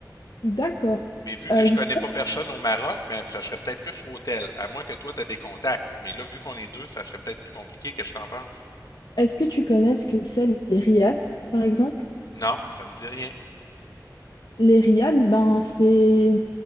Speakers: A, on the left; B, on the left.
A: d'accord.
B: Mais vu que
A: Euh,
B: je
A: je
B: connais
A: sais pas,
B: pas personne au Maroc, ben, ça serait peut-être plus hôtel, à moins que toi, tu as des contacts. Mais là, vu qu'on est deux, ça serait peut-être plus compliqué. Qu'est-ce que tu en penses?
A: est-ce que tu connais ce que c'est les riads, par exemple?
B: Non, ça me dit rien.
A: Les riads, ben c'est,